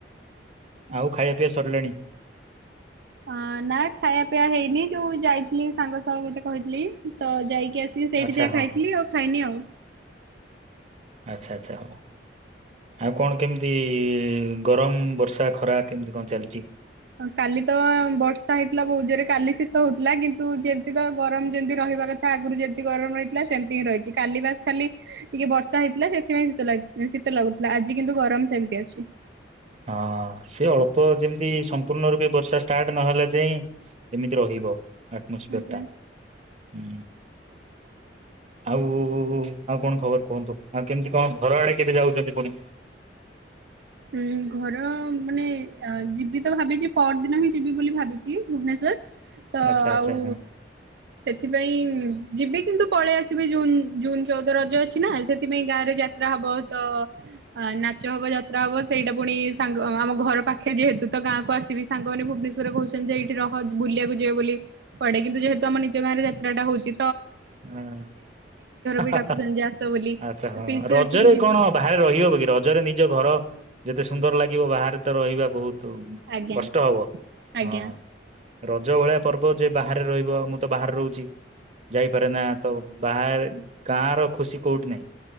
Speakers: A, on the right; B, on the right.
A: ଆଉ ଖାଇବା ପିଇବା ସରିଲାଣି?
B: ଅ ନା ଖାଇବା ପିବା ହେଇନି ଯୋଉ ଯାଇଥିଲି ସାଙ୍ଗସହ ଗୋଟେ କହିଥିଲି ତ ଯାଇି କି ଆସିକି ସେଇଠି
A: ଆଚ୍ଛା
B: ଯାହା
A: ହଁ
B: ଖାଇଥିଲି ଆଉ ଖାଇନି ଆଉ।
A: ଆଚ୍ଛା ଆଚ୍ଛା ହଉ। ଆଉ କଣ କେମିତି ଗରମ ବର୍ଷା ଖରା କେମିତି କଣ ଚାଲିଚି?
B: କାଲି ତ ବର୍ଷା ହେଇଥିଲା ବୋଉ ଜରେ କାଲି ଶୀତ ହଉଥିଲା କି ତୁ ଯେମତି ତ ଗରମ ଯେମତି ରହିବା କଥା ଆଗରୁ ଯେମିତି ଗରମ ରହିଥିଲା ସେମିତି ହିଁ ରହିଚି। କାଲିିବାସ ଖାଲି ଟିକେ ବର୍ଷା ହେଇଥିଲା ସେଥିପାଇଁ ଶୀତ ଶୀତ ଲାଗୁଥିଲା ଆଜି କିନ୍ତୁ ଗରମ ସେମିତି ଅଛି।
A: ହଁ ସେ ଅଳ୍ପ ଯେମିତି ସମ୍ପୂର୍ଣ୍ଣ ରୂପେ ବର୍ଷା ଷ୍ଟାର୍ଟ ନହେଲା ଯାଇଁ ଏମିତି ରହିବ। ଆଟମୋସ୍ପିୟରଟା
B: ଆଜ୍ଞା।
A: ହୁଁ। ଆଉ ଆଉ କଣ ଖବର କୁହନ୍ତୁ। ଆଉ କେମିତି କଣ ଘର ଆଡେ କେବେ ଯାଉଛନ୍ତି ପୁଣି?
B: ହଁ ଘର ମାନେ ଯିବି ତ ଭାବିଚି। ପର ଦିନ ହିଁ ଯିବି ବୋଲି ଭାବିଚି ଭୁବନେଶ୍ୱର। ତ
A: ଆଚ୍ଛା
B: ଆଉ
A: ଆଚ୍ଛା ହଁ
B: ସେଥିପାଇଁ ଯିବି କିନ୍ତୁ ପଳେଇ ଆସିବି ଜୁନ ଜୁନ ଚଉଦ ରଜ ଅଛି ନା ସେଥିପାଇଁ ଗାଁ ରେ ଯାତ୍ରା ହବ। ତ ଅ ନାଚ ହବ ଯା ସେଇଟା ପୁଣି ସାଙ୍ଗ ଆମ ଘର ପାଖରେ ଯେହେତୁ ତ ଗାଁ କକୁ ଆସିବି ସାଙ୍ଗମାନୋନ ଭୁବନେଶ୍ଵରରେ କହୁଚନ୍ତି ଯେ ଏଇଠି ରହ ବୁଲିବାକୁ ଯିବେ ବୋଲି। ପଡ଼େ କିନ୍ତୁ ଯେହେତୁ ଆମ ନିଜ ଗାଁରେ ଜା ସେଟାହଉଛି।
A: ହଁ ହା
B: ବି
A: ହା
B: ଡାକୁଛନ୍ତି
A: ହା
B: ଯେ ଆସ ବୋଲି
A: ଆଚ୍ଛା
B: ତ
A: ହଁ
B: ପିଇସି
A: ରଜରେ
B: ଘରଠିକି ଯିବି
A: କଣ ବାହାରେ ରହିହବ କି ରଜରେ ନିଜ ଘର। ଯେତେ ସୁନ୍ଦର ଲାଗିବ ବାହାରେ ତ ରହିବା ବହୁତ୍ ତୁ
B: ଆଜ୍ଞା
A: କଷ୍ଟ ହବ
B: ଆଜ୍ଞା
A: ହଁ ରଜ ଭଳିଆ। ପର୍ବ ଯେ ବାହାରେ ରହିବ ମୁଁ ତ ବାହାରେ ରହୁଛି। ଯାଇପାରେ ନା ତ ବାହାରେ ଗାଁ ର ଖୁସି କୋଉଠି ନାହିଁ